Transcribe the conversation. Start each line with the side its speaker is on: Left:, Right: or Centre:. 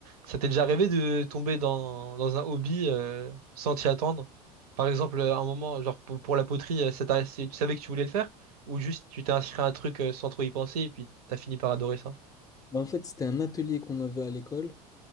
Right: Ça t'est déjà arrivé de tomber dans, dans un hobby euh, sans t'y attendre? Par exemple, euh, à un moment, genre pour, pour la poterie, euh, ça t'a- c'est- tu savais que tu voulais le faire ou juste tu t'es inscrit à un truc euh, sans trop y penser et puis t'as fini par adorer ça?
Left: Bah, en fait, c'était un atelier qu'on avait à l'école